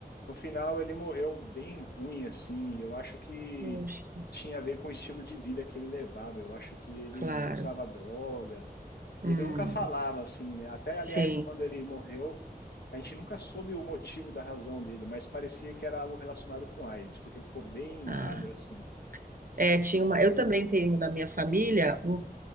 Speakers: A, on the left; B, on the right.
A: No final ele morreu bem ruim, assim. Eu acho que
B: Puxa,
A: tinha a ver com o estilo de vida que ele levava. Eu acho que ele
B: claro.
A: usava droga.
B: Hum,
A: Ele nunca falava assim, né? Até,
B: sim.
A: aliás, quando ele morreu, a gente nunca soube o motivo da razão dele, mas parecia que era algo relacionado com AIDS, porque ele ficou bem magro
B: Ah.
A: assim.
B: É, tinha uma, eu também tenho na minha família um,